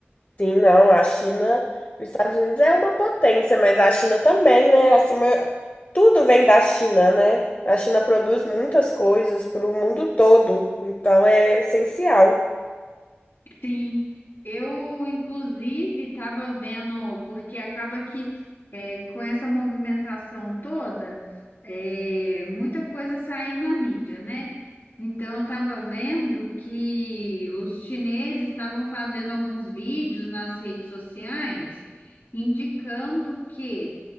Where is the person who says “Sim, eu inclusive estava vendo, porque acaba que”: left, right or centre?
Left